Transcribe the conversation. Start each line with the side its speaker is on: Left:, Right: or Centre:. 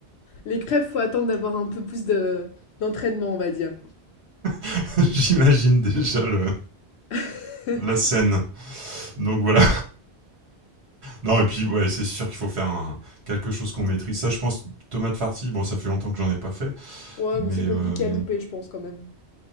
Left: Les crêpes, faut attendre d'avoir un peu plus de, d'entraînement, on va dire.
Right: <laughs> j'imagine déjà le
Left: <laughs>
Right: la scène. Donc voilà. Non, et puis, ouais, c'est sûr qu'il faut faire un- quelque chose qu'on maîtrise. Ça, je pense, tomate farci, bon, ça fait longtemps que j'en ai pas fait,
Left: Ouais,
Right: mais...
Left: mais c'est
Right: euh,
Left: compliqué à louper, je pense, quand même.